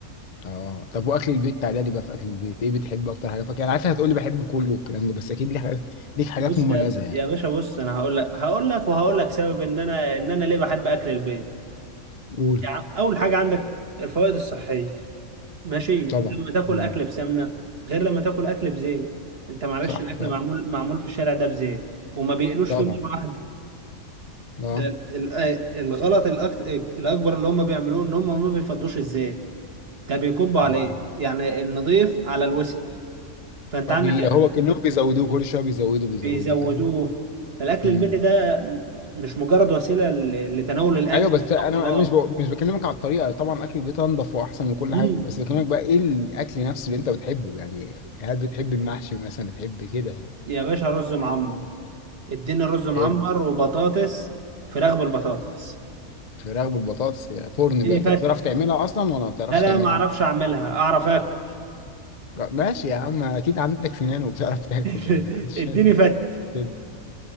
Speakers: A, on the left (about 45°); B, on the right (about 45°).
A: اه طب واكل البيت تعالى لي بقى في اكل البيت ايه بتحب اكتر حاجه فاكر انا عارف هتقول لي بحب كله والكلام ده بس اكيد ليك حاجات ليك حاجات
B: بص
A: مميزه
B: يا
A: يعني
B: يا باشا بص انا هقول لك هقول لك وهقول لك سبب ان انا ان انا ليه بحب اكل البيت
A: قول
B: يعني اول حاجه عندك الفوائد الصحيه ماشي انت
A: طبعا
B: لما تاكل
A: مم.
B: اكل بسمنه غير لما تاكل اكل بزيت انت معلش
A: صح
B: الاكل
A: طبعا
B: معمول معمول في الشارع ده بزيت وما بيقلوش
A: طبعا
B: فيه مره واحده
A: اه
B: ده ال- آه، الغلط الأكت... الأكبر اللي هم بيعملوه إن هم ما بيفضوش إزاي ده بيكبوا على
A: اه
B: إيه يعني النظيف على الوسخ فأنت
A: آه،
B: عندك
A: بي- هو كانهم بيزودوه كل شويه بيزودوا بيزودوا
B: بيزودوه
A: فاهم
B: فالأكل
A: امم
B: البيتي ده م- مش مجرد وسيلة ل- لتناول الأكل
A: ايوه بس انا
B: خلاص
A: انا مش بق... مش بكلمك على الطريقه طبعا اكل البيت انضف واحسن وكل
B: مم.
A: حاجه بس بكلمك بقى ايه الاكل نفسه اللي انت بتحبه يعني هل بتحب المحشي مثلا بتحب كده
B: يا باشا رز معمر اديني رز معمر
A: حلو
B: وبطاطس فراخ بالبطاطس
A: الفراخ بالبطاطس يا فرن
B: اديني
A: بقى انت
B: فت
A: بتعرف تعملها اصلا ولا ما بتعرفش
B: لا لا
A: تعملها
B: ما اعرفش اعملها اعرف اكل
A: لا، ماشي يا عم اكيد عندك سنان وبتعرف <laughs> تاكل
B: <laughs>
A: يعني ما عنديش
B: اديني
A: حد
B: فت
A: يختلف.